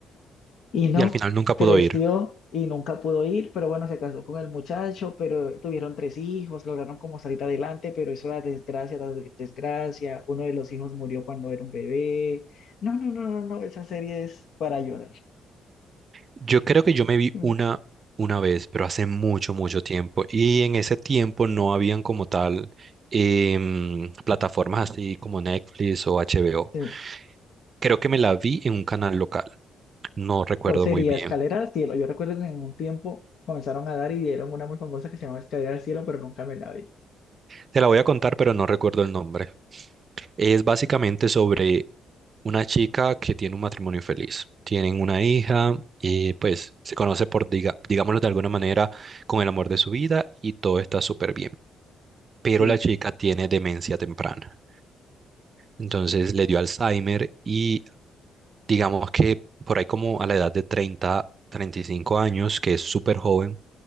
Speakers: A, on the left (about 65°); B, on the right (about 45°).
A: Y no,
B: Y al final nunca pudo
A: creció
B: ir.
A: y nunca pudo ir, pero bueno, se casó con el muchacho, pero tuvieron tres hijos, lograron como salir adelante, pero eso era desgracia, tras desgracia. Uno de los hijos murió cuando era un bebé. No, no, no, no, no, esa serie es para llorar.
B: Yo creo que yo me vi
A: Mm.
B: una, una vez, pero hace mucho, mucho tiempo. Y en ese tiempo no habían como tal em, plataformas así como Netflix o HBO.
A: Sí.
B: Creo que me la vi en un canal local. No recuerdo
A: ¿Cuál sería?
B: muy bien.
A: Escalera al cielo. Yo recuerdo que en un tiempo comenzaron a dar y dieron una muy famosa que se llamaba Escalera al cielo, pero nunca me la vi.
B: Te la voy a contar, pero no recuerdo el nombre. Es básicamente sobre una chica que tiene un matrimonio feliz. Tienen una hija y pues se conoce por, diga- digámoslo de alguna manera, con el amor de su vida y todo está súper bien. Pero
A: Sí.
B: la chica tiene demencia temprana. Entonces le dio Alzheimer y digamos que por ahí como a la edad de treinta, treinta y cinco años, que es súper joven.